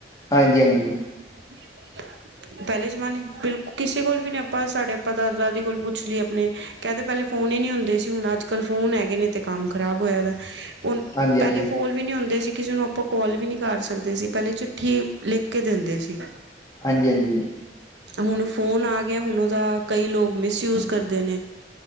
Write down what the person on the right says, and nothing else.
<unintelligible> ਪੈਲੇ ਜਮਾਨੇ ਚ ਬਿਲਕ, ਕਿਸੇ ਕੋਲ ਵੀ ਨੀ ਆਪਾਂ ਸਾਡੇ ਆਪਾਂ ਦਾਦਾ-ਦਾਦੀ ਕੋਲ ਪੁੱਛ ਲੀਏ ਅਪਨੇ ਕੈਂਦੇ ਪੈਲੇ ਫੋਨ ਈ ਨੀ ਹੁੰਦੇ ਸੀ, ਹੁਣ ਅੱਜ-ਕੱਲ ਫੋਨ ਹੈਗੇ ਨੇ ਤੇ ਕੰਮ ਖਰਾਬ ਹੋਏਆ ਦਾ <unintelligible>
ਪੈਲੇ
ਫੋਨ ਵੀ ਨਈ ਹੁੰਦੇ ਸੀ, ਕਿਸੇ ਨੂੰ ਆਪਾਂ ਕੌਲ ਵੀ ਨੀ ਕਾਰ ਸਕਦੇ ਸੀ, ਪੈਲੇ ਚਿੱਠੀ ਲਿਖ ਕੇ ਦੇਂਦੇ ਸੀ।
ਹੁਣ ਫੋਨ ਆ ਗੇਆ, ਹੁਨ ਓਦਾ ਕਈ ਲੋਕ ਮਿਸਯੂਜ ਕਰਦੇ ਨੇ।